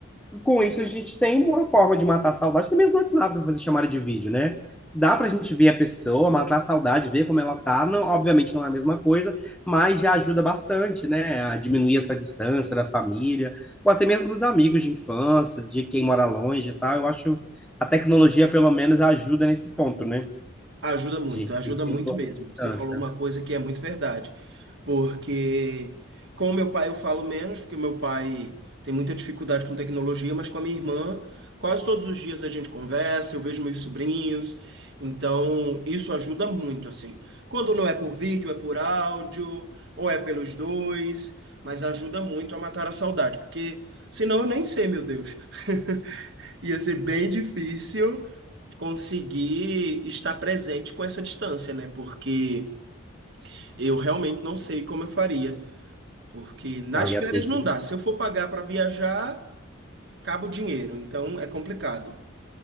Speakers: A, in the centre; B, on the right.
A: com isso a gente tem uma forma de matar a saudade, até mesmo no WhatsApp, para fazer chamada de vídeo, né? Dá para a gente ver a pessoa, matar a saudade, ver como ela tá. Não, obviamente não é a mesma coisa, mas já ajuda bastante, né? A diminuir essa distância da família, ou até mesmo dos amigos de infância, de quem mora longe e tal. Eu acho a tecnologia, pelo menos, ajuda nesse ponto, né?
B: Ajuda muito,
A: De
B: ajuda
A: reduzir
B: muito
A: um pouco
B: mesmo.
A: a distância.
B: Você falou uma coisa que é muito verdade. Porque com o meu pai eu falo menos, porque meu pai tem muita dificuldade com tecnologia, mas com a minha irmã, quase todos os dias a gente conversa, eu vejo meus sobrinhos. Então, isso ajuda muito, assim. Quando não é por vídeo, é por áudio, ou é pelos dois, mas ajuda muito a matar a saudade, porque senão eu nem sei, meu Deus. <laughs> Ia ser bem difícil conseguir estar presente com essa distância, né? Porque eu realmente não sei como eu faria. Porque nas
A: Não, ia
B: férias
A: ter que
B: não dá. Se eu for pagar para viajar, acaba o dinheiro. Então é complicado.